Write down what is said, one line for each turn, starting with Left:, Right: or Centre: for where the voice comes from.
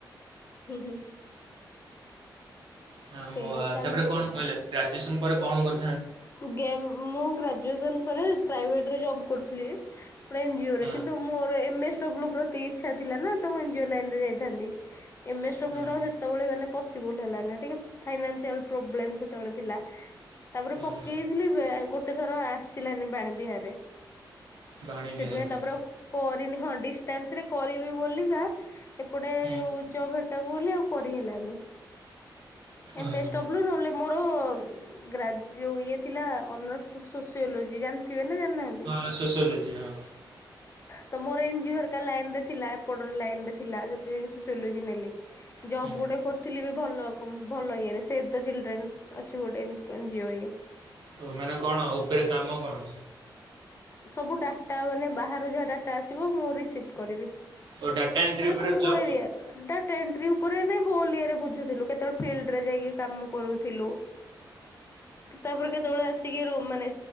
Left: ହୁଁ ହୁଁ
Right: ହଁ
Left: ସେଇଆ
Right: ମୋ
Left: ଚାଲିଛି
Right: ତାପରେ କଣ?
Left: ଆଉ।
Right: କହିଲେ ଗ୍ରାଜୁଏସନ ପରେ କଣ? କ
Left: ମୁଁ ଗେମେ ଗ୍ରାଜୁଏସନ ପରେ ପ୍ରାଇଭେଟରେ ଜବ୍ କରୁଥିଲି। ଏନେଜିଓ ରେ
Right: ହଁ
Left: କିନ୍ତୁ ମୋର ଏମ ଏସ୍ ଡବ୍ଲୁ ପ୍ରତି ଇଚ୍ଛା ଥିଲା ନା ତ ମୁ ଏନେଜିଓ ଲାଇନ ରେ ଯାଇଥାନ୍ତି। ଏମ ଏସ୍ଡ୍ଦବ୍ଲୁ
Right: ହଁ
Left: ସେତେବେଳେ ମାନେ ପସିବୁଲ ହେଲାନି ଟିକେ ଫାଇସିଆଲ୍ଲେ ପ୍ରୋ ବ୍ଲେମ୍ ସେତେବେଳେ ଥିଲା। ତାପରେ
Right: ଓହୋ
Left: ପକେଇଥିଲି ବେ। ଗୋଟେ ଥର ଆସିଲାନି ବାଣୀ ବିହାରରେ
Right: ବାଣୀ
Left: ସେଥିପାଇଁ
Right: ବିହାରରେ
Left: ତାପରେ ଆଉ କରିନି ହଁ ଡିଷ୍ଟାନ୍ସ ରେ କରିବି ବୋଲିକା ଏପଟେ
Right: ହୁଁ
Left: ଯୋଉ ଜବ ହେଟାକୁ ଗଲି ଆଉ କରିହଲାନି ଏମ୍
Right: ଓହୋ
Left: ଏସ୍ ଡବ୍ଲୁ ନହଲେ ମୋର ଗ୍ରାଜ ଇଏ ଥିଲା ଅନର୍ ସୋ ସୋସିଲୋଜି ଜାଣିଥିବେ ନା ଜାଣିନାହାନ୍ତି?
Right: ହଁ ସୋସିଓଲଜି ହଁ
Left: ତ ମୋର ଏନଜିର ଲାଇନ ରେ ଥିଲା ଏପଟର ଲାଇନ ରେ ଥିଲା। ସେଥିପାଇଁ ସୋସିଆଲଜି ନେଲି ଜବ୍
Right: ହୁଁ
Left: ଗୋଟେ କରୁଥିଲି ବି ଭଲ କ ଭଲ ଇଏରେ ସେ ଚିଲଡ୍ରେନ୍ ଅଛି ଗୋଟେ ଜିଓ ଇଏ
Right: ଓ ମାନେ କଣ? ଉପରେ କାମ କଣ?
Left: ସବୁ ଡାଟା ମାନେ ବାହାରୁ ଯାହା ଡାଟା ଆସିବ ମୁଁ ରିସିଭ କରିବି।
Right: ଓ ଡାଟା ଏଣ୍ଟ୍ରି
Left: ମାନେ
Right: ଉପରେ
Left: କୋଉ କୋଉ
Right: ଜବ୍
Left: ଏରିଆର
Right: ଓ
Left: ଡ଼ା ତେନ୍ ଥ୍ରୁ ଉପରେ ନା ହଲ ଇରେ ବୁଝୁଥିଲୁ କେତେବେଳେ ଫିଲ୍ଡ ରେ ଯାଇକି କାମ କରୁଥିଲୁ ତାପରେ କେତେବେଳେ ଆସିକି ରୁମ ମାନେ